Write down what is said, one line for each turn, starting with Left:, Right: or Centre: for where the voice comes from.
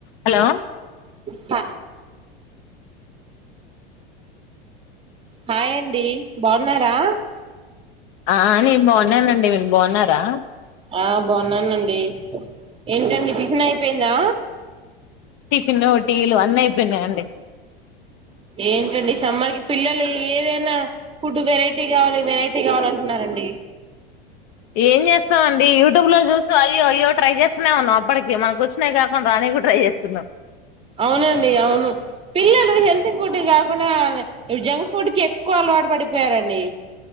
Left: హలో
Right: ప హాయండి డి బావున్నారా
Left: ఆ నేను బావున్నానండి మీరు బావున్నారా
Right: ఆ బావున్నానండి ఏంటండి టిఫిన్ అయిపోయిందా
Left: టిఫిను టీలు అన్ని ఇయిపోయినయండి
Right: ఏంటండి సమ్మర్ కి పిల్లలు ఏదైనా ఫుడ్ వెరైటీ కావాలి వెరైటీ కావాల అంటున్నారండి.
Left: ఏం చేస్తామ అండి యూట్యూబ్ లో చూస్తూ అయ్యో అయ్యో ట్రై చేస్తూనే ఉన్నాం అప్పటికి మనకు వచ్చినా కాకుండా రానీయి కూడా ట్రై చేస్తున్నాం
Right: అవునండి అవును పిల్లలు హెల్తీ ఫుడ్ కాకుండా జంక్ ఫుడ్ కి ఎక్కువ అలవాటు పడిపోయారండి.